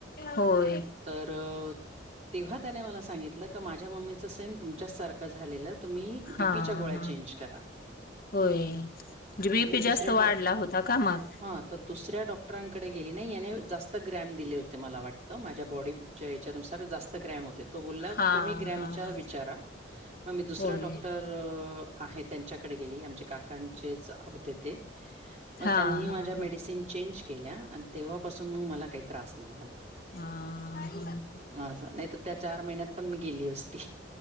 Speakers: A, on the left; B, on the right.
A: होय.
B: तर. तेव्हा त्याने मला सांगितलं माझ्या मम्मीचं सेम तुमच्या सारखं झालेलं तुम्ही? बीपीच्या
A: हा
B: गोळ्या
A: हा
B: चेंज करा."
A: होय. ण बीपी
B: तर मी
A: जास्त
B: दुसऱ्या
A: वाढला
B: डॉक
A: होता का मग.
B: हां. दुसऱ्या डॉक्टरांकडे गेली नाही याने जास्त ग्रॅम दिले होते. ते मला वाटतं माझ्या बॉडी याच्यानुसार जास्त ग्रॅम होते तो बोलला
A: हा
B: कमी ग्रॅमच्या
A: हा हा
B: विचारा. मग मी दुसरा
A: होय
B: डॉक्टर त्यांच्याकडे गेली आम काकांचेच होते ते मग
A: हा
B: त्यांनी माझ्या
A: हा
B: मेडिसिन
A: हा
B: चेंज केल्या आणि तेव्हापासून मग मला काही त्रास नाही झाला.
A: हा ह
B: असं नाही तर त्या चार महिन्यात पण मी गेली असती.